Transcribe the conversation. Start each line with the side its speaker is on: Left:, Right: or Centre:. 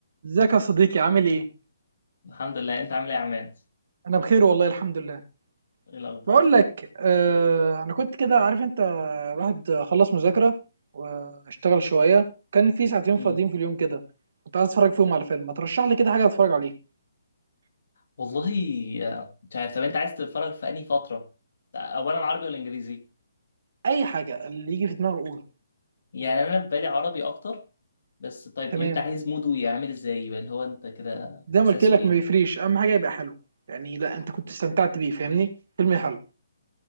Right: ازيك يا صديقي عامل ايه؟
Left: الحمد لله انت عامل ايه يا عماد
Right: انا بخير والله الحمد لله
Left: ايه الاخبار
Right: بقول لك آه انا كنت كده عارف انت الواحد خلص مذاكرة واشتغل شوية كان في ساعتين
Left: مم.
Right: فاضيين في اليوم كده كنت عايز اتفرج فيهم على فيلم ما ترشح لي كده حاجة اتفرج عليه
Left: والله آه، مش عارف طب انت عايز تتفرج في انهي فتره اولا عربي ولا انجليزي
Right: اي حاجة اللي يجي في دماغي قوله
Left: يعني انا في بالي عربي اكتر بس طيب
Right: تمام
Left: انت عايز موده يعمل ازاي يبقى اللي هو انت كده
Right: زي
Left: احساسه
Right: ما قلت لك
Left: ايه
Right: ما بيفريش اهم حاجة يبقى حلو يعني لا انت كنت استمتعت بيه فاهمني فيلم حلو